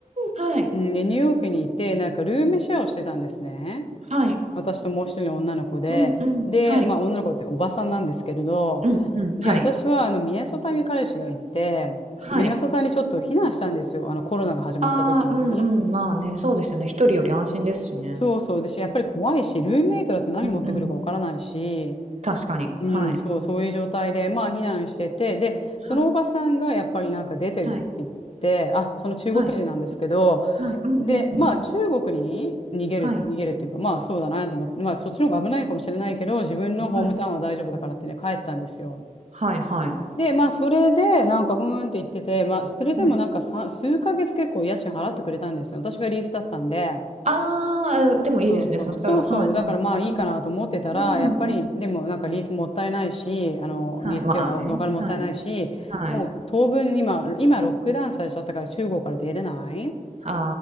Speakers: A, on the right; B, on the left.
A: うん、はい、
B: うんで、ニューヨークにいて、なんかルームシェアをしてたんですね。
A: はい。
B: 私ともう一人の女の子で、
A: うんうん、
B: で、
A: はい。
B: まあ女の子っておばさんなんですけれど、
A: うんうん、
B: で、
A: はい、
B: 私はあのミネソタに彼氏がいて、
A: はい。
B: ミネソタにちょっと避難したんですよ。あのコロナが始まった時にね。
A: ああ、うんうん、まあね、そうですよね、一人より安心ですしね。
B: そうそう。で、やっぱり怖いし、ルームメイトだって何持ってくるかわからないし、
A: うんうん、確かに。
B: うん、
A: はい、
B: そう、そういう状態で、まあ避難してて、で、
A: はい、
B: そのおばさんがやっぱりなんか出てるって言って、
A: はい、
B: あ、その中国人なんですけど、
A: はい、はい。うんうんうん。
B: で、まあ中国に逃げる、
A: はい、
B: 逃げるっていうか、まあそうだなと思って、まあそっちの方が危ないのかもしれないけど、自分のホームタウンは大丈夫だからってね、
A: はい、
B: 帰ったんですよ。
A: はいはい、
B: で、まあそれで、なんかふーんって言ってて、まあそれでもなんかさ、
A: はい。
B: 数ヶ月結構家賃払ってくれたんですよ。私がリースだったんで。
A: ああ、でもいいですね、
B: そうそう、
A: そしたらはいはい。
B: そうそう、だからまあいいかなと思ってたら、
A: うん。うんうんうん。
B: やっぱりでもなんかリースもったいないし、あのリースってあお金もったいないし、
A: はい、まあね、はい、はい。
B: もう当分今、今ロックダウンされちゃったから中国から出れない。
A: あ